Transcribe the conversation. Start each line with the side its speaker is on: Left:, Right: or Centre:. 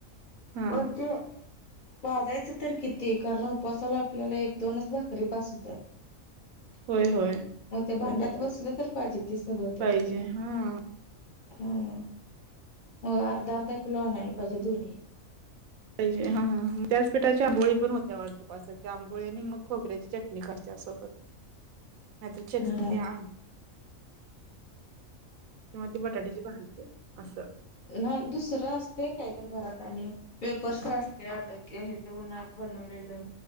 Right: हा
Left: पण ते भाजायचं तर किती, कारण उपवासाला आपल्याला एक दोनच भाकरी बास हुत्यात. <unintelligible>
Right: होय होय
Left: मग ते भांड्यात बसलं तर पाहिजे ते सगळं तेवढं
Right: पाहिजे हा
Left: हा मग अर्धा, अर्धा किलो आणायला पाहिजे दोन्ही ही
Right: पाहिजे, हा हा त्याच पीठाची आंबोळी पण होत्या <unintelligible> आंबोळी आणि मग खोबऱ्याची चटणी खा त्यासोबत <unintelligible> किंवा
Left: हा
Right: ती बटाट्याची भाजी असं
Left: नाही दुसरं असतय कायतर घरात आणि पेपर्स असत्यात आता की हे च उन्हात बनवलेलं,